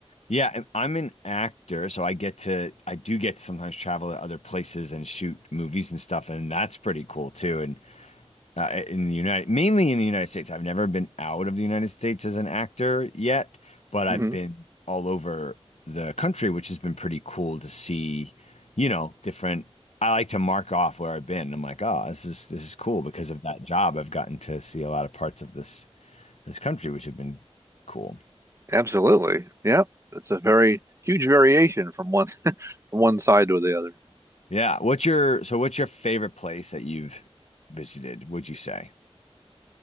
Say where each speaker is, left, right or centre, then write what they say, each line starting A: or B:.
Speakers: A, on the left (about 80°); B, on the right (about 25°).
A: Yeah, and I'm an actor, so I get to I do get to sometimes travel to other places and shoot movies and stuff, and that's pretty cool too. And uh, in the United, mainly in the United States. I've never been out of the United States as an actor yet, but I've
B: hmm
A: been all over the country, which has been pretty cool to see, you know, different. I like to mark off where I've been. I'm like, oh, this is this is cool because of that job. I've gotten to see a lot of parts of this this country, which have been cool.
B: absolutely. Yeah, that's a very huge variation from one <laughs> from one side to the other.
A: Yeah. What's your so what's your favorite place that you've visited, would you say?